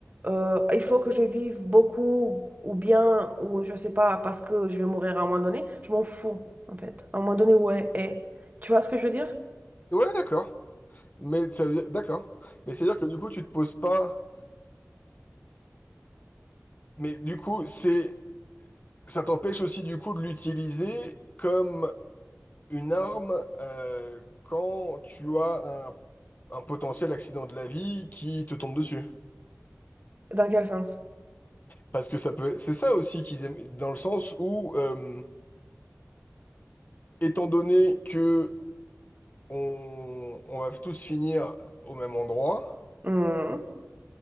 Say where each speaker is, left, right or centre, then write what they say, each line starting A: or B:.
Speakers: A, on the right; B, on the left.
A: euh, il faut que je vive beaucoup ou bien, ou je sais pas, parce que je vais mourir à un moment donné. Je m'en fous, en fait. À un moment donné, ouais, eh. Tu vois ce que je veux dire?
B: ouais, d'accord. Mais ça veut dire- d'accord. Mais c'est à dire que du coup, tu te poses pas. Mais du coup, c'est Ça t'empêche aussi du coup de l'utiliser comme une arme euh, quand tu as un, un potentiel accident de la vie qui te tombe dessus.
A: Dans quel sens?
B: Parce que ça peut, c'est ça aussi qu'ils aiment, dans le sens où, euh, étant donné que on, on va tous finir au même endroit,
A: Hmm.